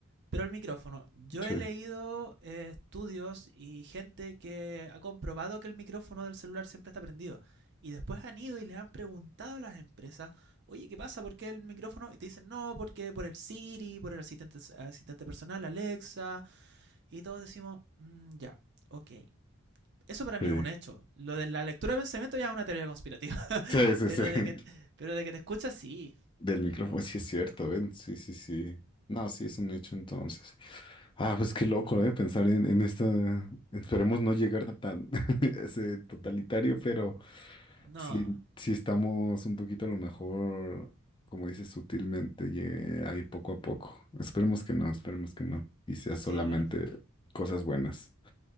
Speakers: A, on the right (about 55°); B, on the left (about 25°).
A: Pero el micrófono, yo
B: sí,
A: he leído eh, estudios y gente que ha comprobado que el micrófono del celular siempre está prendido. Y después han ido y les han preguntado a las empresas, oye, ¿qué pasa? ¿Por qué el micrófono? Y te dicen, no, porque por el Siri, por el asistente, asistente personal, Alexa. Y todos decimos, mm, ya, ok. Eso para mí
B: sí.
A: es un hecho. Lo de la lectura de pensamiento ya es una teoría conspirativa. <laughs>
B: Sí, sí,
A: Pero
B: sí. <laughs>
A: de que, pero de que te escuchas, sí.
B: Del micrófono, sí es cierto, ven. Sí, sí, sí. No, sí, es un hecho entonces. Ah, pues qué loco, ¿eh? Pensar en, en esta. Esperemos no llegar a tan <laughs> ese totalitario, pero
A: No.
B: sí, sí estamos un poquito a lo mejor, como dices, sutilmente, llegue ahí poco a poco. Esperemos que no, esperemos que no. Y sea solamente
A: Sí, bueno.
B: cosas buenas.